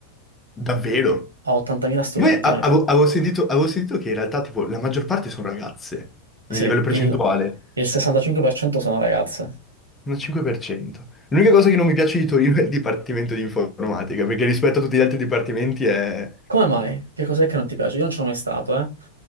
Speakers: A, on the left; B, on the right.
A: davvero.
B: ha 80.000 studenti
A: E Poi a-
B: Unito.
A: avevo, avevo sentito, avevo sentito che in realtà tipo la maggior parte sono ragazze, in
B: Sì,
A: livello percentuale,
B: il, il 65% sono ragazze.
A: un 5%. L'unica cosa che non mi piace di Torino è il dipartimento di informatica, perché rispetto a tutti gli altri dipartimenti è,
B: Come mai? Che cos'è che non ti piace? Io non ci sono mai stato, eh.